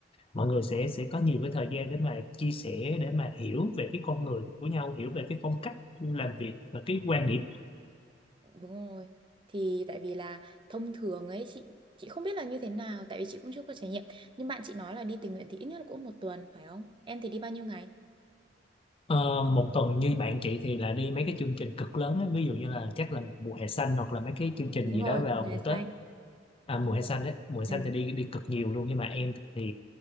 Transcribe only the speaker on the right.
Đúng rồi. Thì tại vì là thông thường ấy chị chị không biết là như thế nào tại vì chị cũng chưa có trải nghiệm. Nhưng bạn chị nói là đi tình nguyện thì ít nhất là cũng một tuần phải không? Em thì đi bao nhiêu ngày?
Đúng
rồi,
mùa hè
xanh.
Đúng
rồi.
Ừ.